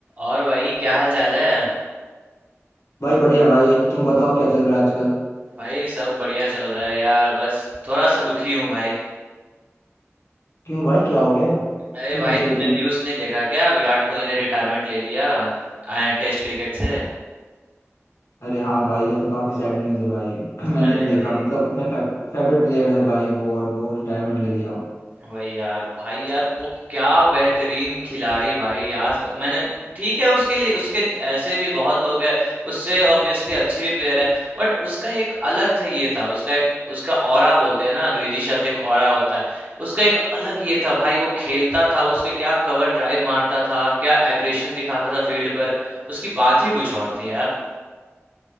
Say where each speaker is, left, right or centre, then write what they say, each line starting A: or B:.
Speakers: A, on the right (about 40°); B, on the left (about 75°).
A: और भाई क्या हाल चाल है
B: भाई बढ़िया भाई तुम बताओ क्या चल रहा है आजकल
A: भाई सब बढ़िया चल रहा है यार बस थोड़ा सा दुखी हूँ भाई
B: क्यों भाई क्या हो गया
A: अरे
B: क्यों
A: भाई
B: दुखी हो
A: तुमने
B: तुम
A: न्यूज़ नहीं देखा क्या विराट कोहली ने रिटायरमेंट ले लिया टेस्ट क्रिकेट से
B: अरे हाँ भाई ये तो काफी सैड न्यूज़ है भाई <clears throat> मैंने
A: अरे
B: भी देखा
A: भाई
B: मतलब मैं फेवरेट प्लेयर है भाई वो और वो रिटायरमेंट ले लिया
A: वही यार भाई यार वो क्या बेहतरीन खिलाड़ी भाई आज तक मैंने ठीक है उसके लिए उसके ज- ऐसे भी बहुत लोग हैं उससे ऑब्वियसली अच्छे भी प्लेयर है बट उसका एक अलग से ये था उसका एक उसका ऑरा बोलते हैं ना अंग्रेजी शब्द एक ऑरा होता है उसका एक अलग ये था भाई वो खेलता था वो उसके क्या कवर ड्राइव मारता था क्या एग्रेशन दिखाता था फील्ड पर उसकी बात ही कुछ और थी यार